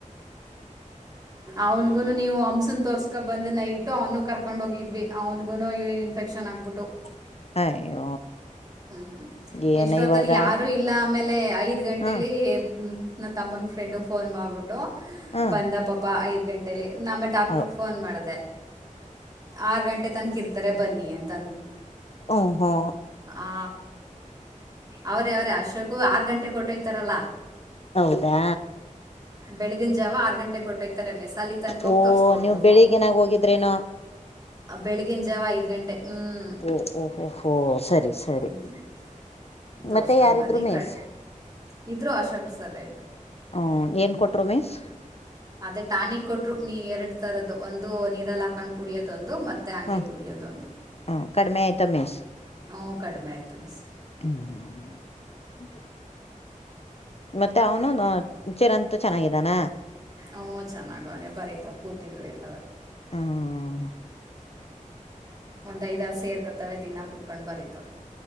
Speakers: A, on the right; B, on the left.
A: ಅವನ್ಗುನು ನೀವು ಹಂಸನ್ ತೊರ್ಸ್ಕೋ ಬಂದು ನೈಟ್ಟು ಅವನು ಕರ್ಕ್ ಕೊಂಡ್ ಹೋಗಿದ್ವಿ ಅವ್ನುಗುನು ಯೂರಿನ್ ಇನ್ಫೆಕ್ಷನ್ ಆಗ್ಬಿಟ್ಟು.
B: ಹೂ ಅಯ್ಯೋ.
A: ಹ್ಮ್
B: ಏನ
A: ಇಸ್ಟ ಹೊತ್ತಲ್ಲಿ
B: ಇವಾಗ
A: ಯಾರು ಇಲ್ಲ ಆಮೇಲೆ ಐದ್ ಗಂಟೆಲಿ.
B: ಹ್ಮ್
A: ನನ್ನ ತಮ್ಮನ ಫ್ರೆಂಡು ಫೋನ್ ಮಾಡಿಬಿಟ್ಟು
B: ಹ್ಮ್
A: ಬಂದ ಪಾಪ ಐದ ಗಂಟೇಲಿ. ನ ಮೇಲೆ ಡಾಕ್ಟ್ರಗೆ
B: ಹ್ಮ್
A: ಫೋನ್ ಮಾಡ್ದೇ ಆರು ಗಂಟೆ ತನಕ ಇರ್ತಾರೆ ಬನ್ನಿ ಅಂತ
B: ಹೂ ಹೂ
A: ಹ್ಹಾ ಅವ್ರೇ ಅವ್ರೆ ಅಶೋಕ ಆರ್ ಗಂಟೆಗೆ ಹೋಟ್ಟೋಯ್ತಾರಲ್ಲ.
B: ಹೌದಾ.
A: ಬೆಳಗಿನ ಜಾವ ಆರ್ ಗಂಟೆಗೆ ಹೊಟ್ಟೊಯ್ತಾರೆ ಮೆಸಾಲಿ ತನ್ಕ ಹೋಗಿ
B: ಓ
A: ತೋರ್ಸ್ಕೊಕೊಂಡು
B: ನೀವು
A: ಬರ್ಬೇಕು.
B: ಬೆಳಿಗ್ಗೆನಾಗ ಹೋಗಿದ್ರೇನೋ
A: ಬೆಳಿಗ್ಗಿನ ಜಾವ ಐದ್ ಗಂಟೆ. ಹ್ಮ್
B: ಓ ಓ ಹೋ ಸರಿ ಸರಿ.
A: ಹ್ಮ್ ತೋರ್ಸ್ಕೊಂಡ್
B: ಮತ್ತೆ ಯಾರಿದ್ರು
A: ಬಂದು ಈ
B: ಮಿಸ್.
A: ಕಡೆ ಇದ್ರು ಅಶೋಕ ಸರೆ
B: ಹ್ಮ ಏನ್ ಕೊಟ್ರು ಮೀಸ್.
A: ಅದೇ ಟಾಣಿಕ ಕೊಟ್ಟರು ನೀ ಎರಡ್ ತರದ್ದು ಒಂದು ನೀರಲ್ಲಿ ಹಾಕೊಂಡ್ ಕುಡಿಯೋದ ಒಂದು ಮತ್ತೆ. ಹಂಗೆ
B: ಹ್ಮ
A: ಕುಡಿಯೋದೊಂದು
B: ಹ್ಮ ಕಡಿಮೆ ಆಯ್ತ ಮಿಸ್.
A: ಹ್ಹು ಕಡಿಮೆ ಆಯ್ತು ಮಿಸ್.
B: <inaudible> ಮತ್ತೆ ಅವನು ಚಿರಂತು ಚೆನ್ನಾಗಿದ್ದಾನ.
A: ಹೂ ಚೆನ್ನಾಗವನೆ ಬರೀತ ಕೂತಿದ್ರು ಎಲ್ಲ.
B: ಹ್ಮ.
A: ಒಂದ್ ಐದಾರು ಸೇರ್ಕತವೆ ದಿನಾ ಕುತ್ಕೊಂಡ್ ಬರೀತವೆ.